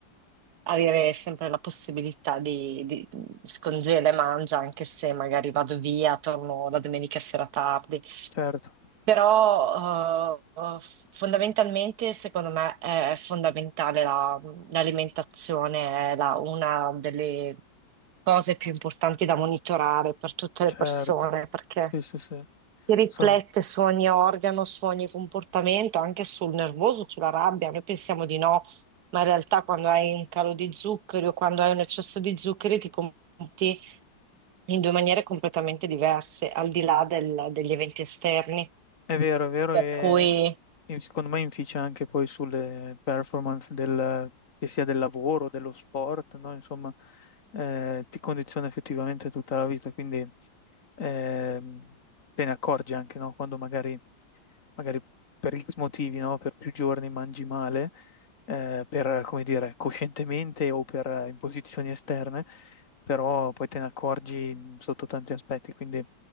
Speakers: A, on the right; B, on the left.
A: avere sempre la possibilità di, di scongela e mangia, anche se magari vado via, torno la domenica sera tardi.
B: Certo,
A: Però eh, fondamentalmente, secondo me, è fondamentale la- l'alimentazione, è la- una delle cose più importanti da monitorare per tutte
B: certo.
A: le persone, perché
B: Sì, sì, sì.
A: si riflette
B: Sono
A: su ogni organo, su ogni comportamento, anche sul nervoso, sulla rabbia. Noi pensiamo di no, ma in realtà quando hai un calo di zuccheri o quando hai un eccesso di zuccheri ti comporti in due maniere completamente diverse, al di là del- degli eventi esterni.
B: È vero, è vero e,
A: Per cui.
B: e secondo me inficia anche poi sulle performance del, che sia del lavoro, dello sport, no? Insomma, eh, ti condiziona effettivamente tutta la vita, quindi ehm, te ne accorgi anche, no? Quando magari, magari per X motivi, no? Per più giorni mangi male, eh, per, come dire, coscientemente o per eh, imposizioni esterne, però poi te ne accorgi sotto tanti aspetti, quindi